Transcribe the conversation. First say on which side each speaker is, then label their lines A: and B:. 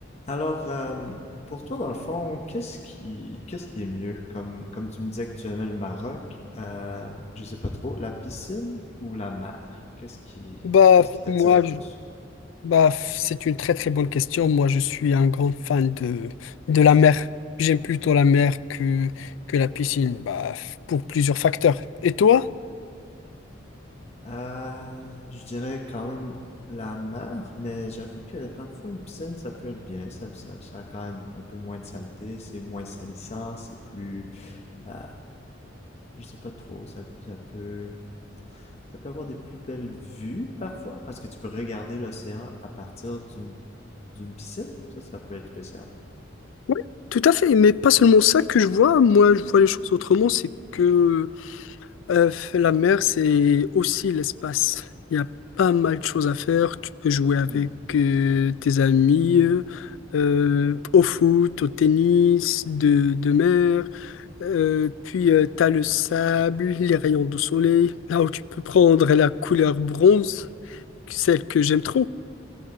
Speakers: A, on the left (about 35°); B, on the left (about 85°).
A: Alors, euh, pour toi, dans le fond, qu'est-ce qui, qu'est-ce qui est mieux? Comme, comme tu me disais que tu aimais le Maroc, euh, je sais pas trop, la piscine ou la mer? Qu'est-ce qui,
B: Bah,
A: qu'est-ce
B: f-
A: qui t'attire
B: moi,
A: le plus?
B: je- bah, f- c'est une très très bonne question. Moi, je suis un grand fan de, de la mer. J'aime plutôt la mer que, que la piscine, bah, f- pour plusieurs facteurs. Et toi?
A: Euh, je dirais quand même la mer, mais j'avoue que parfois une piscine, ça peut être bien. Ça, ça, ça a quand même un peu moins de saleté, c'est moins salissant, c'est plus, euh, je sais pas trop, ça, ça peut, Ça peut avoir des plus belles vues parfois, parce que tu peux regarder l'océan à partir d'une d'une piscine. Ça, ça peut être spécial.
B: Oui, Tout à fait, mais pas seulement ça que je vois. Moi, je vois les choses autrement. C'est que euh, la mer, c'est aussi l'espace. Il y a pas mal de choses à faire. Tu peux jouer avec
A: Hmm.
B: euh, tes amis, euh, euh, au foot, au tennis, de, de mer. Euh, puis euh, t'as le sable, les rayons de soleil, là où tu peux prendre la couleur bronze, celle que j'aime trop.